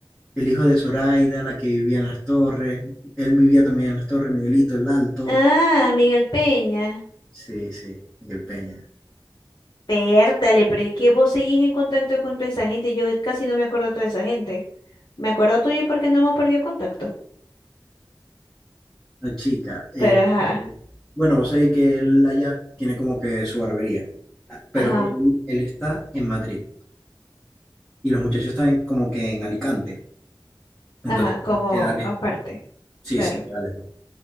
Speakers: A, in the centre; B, on the left.
A: el hijo de Zoraida, la que vivía en las torres, él vivía también en las torres, Miguelito el Alto,
B: Ah, Miguel Peña.
A: sí, sí, Miguel Peña,
B: Pértale, pero es que vos seguís en contacto con toda esa gente, yo casi no me acuerdo de toda esa gente. Me acuerdo tuyo porque no hemos perdido contacto,
A: la chica. este,
B: pero ajá,
A: bueno, vos sabés que él allá tiene como que su barbería, pero
B: ajá,
A: él, él está en Madrid y los muchachos están en- como que en Alicante, entonces
B: ajá, como
A: queda, queda lejos,
B: aparte,
A: sí,
B: claro,
A: sí, queda lejos.